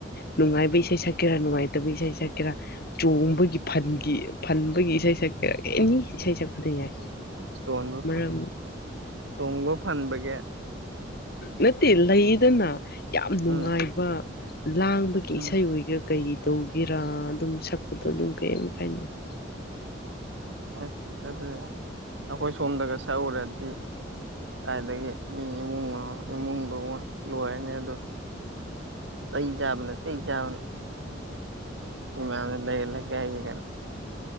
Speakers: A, on the left (about 55°); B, on the right (about 70°).
A: ꯅꯨꯡꯉꯥꯏꯕ ꯏꯁꯩ ꯁꯛꯀꯦꯔꯥ ꯅꯨꯡꯉꯥꯏꯇꯕ ꯏꯁꯩ ꯁꯛꯀꯦꯔꯥ ꯆꯣꯡꯕꯒꯤ ꯐꯟꯒꯤ ꯐꯟꯕꯒꯤ ꯏꯁꯩ ꯁꯛꯀ ꯑꯦꯅꯤ ꯏꯁꯩ ꯁꯛꯄꯗ ꯌꯥꯏ
B: ꯏꯁꯇꯣꯟꯕꯨ
A: ꯃꯔꯝ
B: ꯆꯣꯡꯕ ꯐꯟꯕꯒꯤ
A: ꯅꯠꯇꯦ ꯂꯩꯗꯅ ꯌꯥꯝ ꯅꯨꯡꯉꯥꯏꯕ
B: ꯎꯝ
A: ꯂꯥꯡꯕꯒꯤ
B: ꯎꯝ
A: ꯏꯁꯩ ꯑꯣꯏꯒ ꯀꯩ ꯇꯧꯒꯦꯔꯥ ꯑꯗꯨꯝ ꯁꯛꯄꯗꯣ
B: ꯎꯝ
A: ꯑꯗꯨꯝ ꯀꯔꯤꯝ ꯀꯥꯏꯅꯦꯕ
B: ꯑꯁ ꯑꯗꯨꯗꯤ ꯑꯩꯈꯣꯏ ꯁꯣꯝꯗꯒ ꯁꯛꯎꯔꯗꯤ ꯀꯥꯏꯏꯗꯒꯤ ꯃꯤ ꯏꯃꯨꯡ ꯏꯃꯨꯡꯗꯨꯃ ꯂꯣꯏꯔꯅꯤ ꯑꯗꯨ ꯁ ꯌꯥꯕꯅꯦ ꯁꯤ ꯆꯕꯅꯦ ꯏꯃ ꯂꯩꯒ ꯂꯩ ꯀꯦ ꯍꯥꯏꯔꯦ